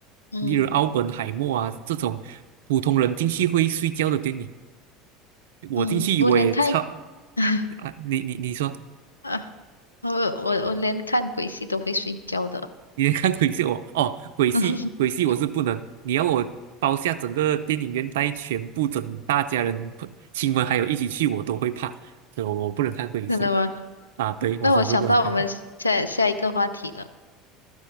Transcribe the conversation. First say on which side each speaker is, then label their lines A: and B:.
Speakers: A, on the left; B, on the right.
A: 嗯
B: 例如《奥本海默》啊这种普通人进去会睡觉的电影。我进去我也超
A: 嗯，我连看 <laughs>
B: 啊，你你你说，
A: 啊，我我我连看鬼戏都会睡觉的，
B: 你看鬼戏我哦，鬼戏鬼戏我是不能，
A: <laughs>
B: 你要我包下整个电影院带全部整大家人朋亲们还有一起去，我都会怕，所以我我不能看鬼戏
A: 真的吗？
B: 啊，对我真是不能看。
A: 那我想到我们下下一个话题了，